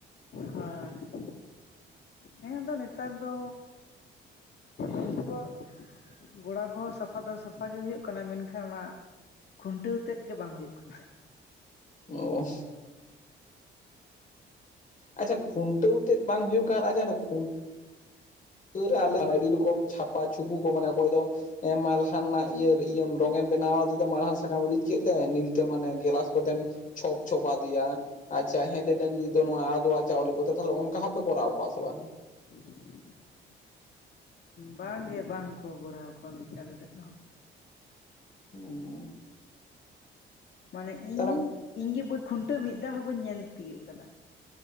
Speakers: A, on the left; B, on the left.
A: ᱦᱮᱸ᱾ ᱦᱮᱸ ᱟᱫᱚ ᱱᱮᱛᱟᱨ ᱫᱚ ᱩᱱᱠᱩᱣᱟᱜ ᱜᱚᱲᱟ ᱠᱚᱦᱚᱸ ᱥᱟᱯᱷᱟ ᱫᱚ ᱥᱟᱯᱷᱟ ᱜᱮ ᱦᱩᱭᱩᱜ ᱠᱟᱱᱟ, ᱢᱮᱱᱠᱷᱟᱱ ᱚᱱᱟ ᱠᱷᱩᱱᱴᱟᱹᱣ ᱛᱮᱫ ᱜᱮ ᱵᱟᱝ ᱦᱩᱭᱩᱜ ᱠᱟᱱᱟ᱾
B: ᱚᱻ ᱟᱪᱪᱷᱟ ᱠᱷᱩᱱᱴᱟᱹᱣ ᱛᱮᱫ ᱵᱟᱝ ᱦᱩᱭᱩᱜ ᱠᱟᱱᱟ ᱟᱪᱪᱷᱟ ᱠᱷᱩᱱ ᱴᱟᱹᱣ ᱨᱮ ᱟᱞᱮ ᱟᱹᱰᱤ ᱨᱚᱠᱚᱢ ᱪᱷᱟᱯᱟ ᱪᱷᱩᱵᱤ ᱠᱚ ᱢᱟᱱᱮ ᱚᱠᱚᱭ ᱫᱚ ᱢᱟᱞᱦᱟᱱ ᱨᱮᱱᱟᱜ ᱤᱭᱟᱹ ᱤᱭᱟᱹ ᱨᱚᱝ ᱮᱢ ᱵᱮᱱᱟᱣ ᱟᱫᱮᱛᱮ ᱢᱟᱞᱦᱟᱱ ᱥᱟᱠᱟᱢ ᱨᱤᱫ ᱠᱮᱫ ᱛᱮ ᱱᱤᱞᱛᱮ ᱢᱟᱱᱮ ᱜᱮᱞᱟᱥ ᱠᱚᱛᱮᱢ ᱪᱷᱚᱯ ᱪᱷᱚᱯ ᱟᱫᱮᱭᱟ ᱟᱪᱪᱷᱟ ᱦᱮᱸᱫᱮ ᱰᱟᱝᱨᱤ ᱫᱚ ᱱᱚᱣᱟ ᱟᱫᱣᱟ ᱪᱟᱣᱞᱮ ᱠᱚᱫᱚ ᱛᱟᱦᱚᱞᱮ ᱚᱱᱠᱟ ᱦᱚᱸᱯᱮ ᱠᱚᱨᱟᱣ ᱟᱠᱚᱣᱟ ᱥᱮ ᱵᱟᱝ?
A: <inaudible> ᱵᱟᱝ ᱜᱮ ᱵᱟᱝ ᱠᱚ ᱠᱚᱨᱟᱣ ᱠᱚᱣᱟ ᱱᱚᱛᱮ ᱟᱞᱮ ᱥᱮᱫ ᱫᱚ
B: <unintelligible>
A: ᱢᱟᱱᱮ
B: ᱛᱟᱦᱚᱞᱮ
A: ᱤᱧ ᱤᱧ ᱜᱮ <unintelligible> ᱠᱷᱩᱱᱴᱟᱹᱣ ᱢᱤᱫ ᱫᱷᱟᱣ ᱦᱚᱸ ᱵᱟᱹᱧ ᱧᱮᱞ ᱛᱤᱭᱳᱜ ᱠᱟᱫᱟ᱾